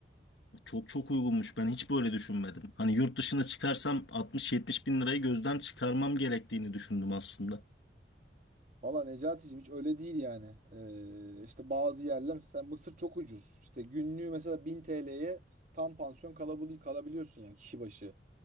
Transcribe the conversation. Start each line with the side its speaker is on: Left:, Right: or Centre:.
Left: Çok çok uygunmuş. Ben hiç böyle düşünmedim. Hani yurt dışına çıkarsam 60-70 bin lirayı gözden çıkarmam gerektiğini düşündüm aslında.
Right: Valla Necati'cim hiç öyle değil yani. Ee, işte bazı yerler mesela Mısır çok ucuz. İşte günlüğü mesela 1000 TL'ye tam pansiyon kalabili kalabiliyorsun yani kişi başı.